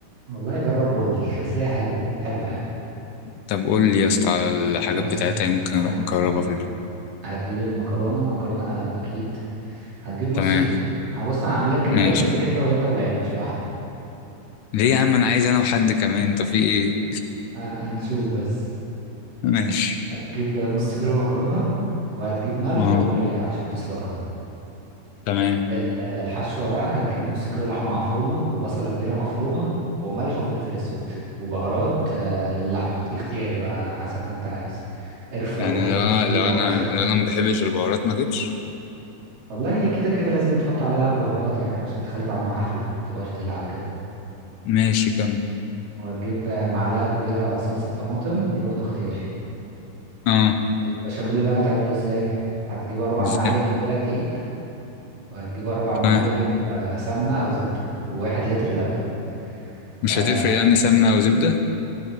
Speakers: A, on the right; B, on the left.
A: والله جرب وقول لي <laughs> بس هي حلوه حلوه يعني
B: طب قول لي يا اسطى على الحاجات
A: بص
B: بتاعتها يمكن
A: هت...
B: نجربها
A: هت...
B: في البيت
A: هتجيب المكرونه مكرونه قلم اكيد هتجيب نص
B: تمام
A: كيلو انا بص انا هعمل لك كميه
B: ماشي
A: تكفيك انت وانت والعيله مش لوحدك
B: ليه يا عم انا عايز انا وحد كمان انت في ايه
A: آه، هنشوف بس
B: ماشي
A: هتجيب نص كيلو مكرونه وهتجيب ملح
B: اه
A: وميه عشان تسلقها
B: تمام
A: ال- الحشوة بقى هتجيب نص كيلو لحمة مفرومة وبصلة كبيرة مفرومة وملح وفلفل أسود وبهارات آه، للحمة دي اختياري بقى على حسب ما أنت عايز قرفة
B: يعني
A: وجوز
B: لو انا
A: الطيب
B: لو
A: أو
B: انا
A: رشة
B: لو
A: قرنفل
B: انا ما بحبش البهارات ما اجيبش
A: والله هي كده كده لازم تحط عليها بهارات يعني عشان تخلي طعمها أحلى متبقاش دلع وكده
B: ماشي كم
A: وهتجيب آه، معلقة كبيرة صلصة طماطم دي برضو اختياري
B: اه
A: البشاميل اللي بقى هتعمله ازاي هتجيب أربع
B: ازاي
A: معالق كبيرة دقيق وهتجيب أربع معالق
B: تمام
A: كبيرة سمنة أو زبدة وواحد لتر لبن
B: مش
A: آه،
B: هتفرق يعني سمنة او زبدة